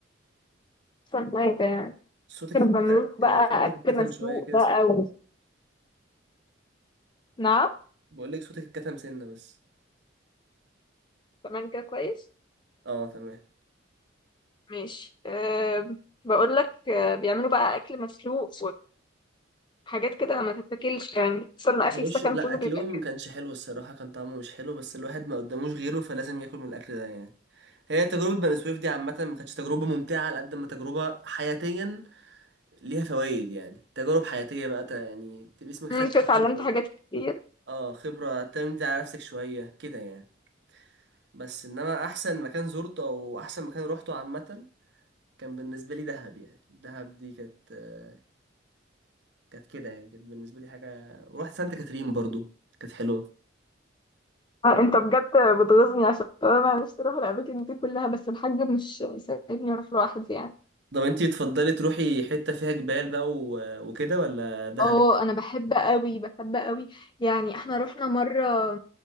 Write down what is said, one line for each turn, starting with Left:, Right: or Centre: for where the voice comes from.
Left: احسن حاجه يعني
Right: صوتك
Left: كانوا
Right: اتكتم
Left: بيعملوا لكم بقى
Right: صوتك
Left: اكل
Right: اتكتم
Left: مسلوق
Right: شويه كده
Left: بقى
Right: سنه
Left: و... نعم
Right: بقول لك صوتك اتكتم سنه بس
Left: كمان كده كويس
Right: اه تمام
Left: ماشي أه بقول لك أه بيعملوا بقى اكل مسلوق وحاجات كده ما تتاكلش يعني خصوصا
Right: ما
Left: إن اكل
Right: كانوش
Left: السكن
Right: لا
Left: كله
Right: اكلهم
Left: بيبقى كده
Right: ما كانش حلو الصراحه كان طعمه مش حلو بس الواحد ما قداموش غيره فلازم ياكل من الاكل ده يعني هي تجربه بني سويف دي عامه ما كانتش تجربه ممتعه على قد ما تجربه حياتيا ليها فوائد يعني تجارب حياتيه بقى ت- يعني تبقى اسمك خدت
Left: أمم، كده اتعلمت
Right: خبره
Left: حاجات كتير
Right: اه خبره تعتمد على نفسك شويه كده يعني بس انما احسن مكان زرته او احسن مكان روحته عامه كان بالنسبه لي دهب يعني دهب دي كانت آه، كانت كده يعني كانت بالنسبه لي حاجه ورحت سانت كاترين برضو كانت حلوه
Left: آه انت بجد بتغيظني عشان انا نفسي اروح الاماكن دي كلها بس الحاج مش مساعدني اروح لوحدي يعني
Right: طب انتي بتفضلي تروحي حتة فيها جبال بقى و... وكده ولا دهب؟
Left: اه انا بحب قوي بحب قوي يعني احنا رحنا مره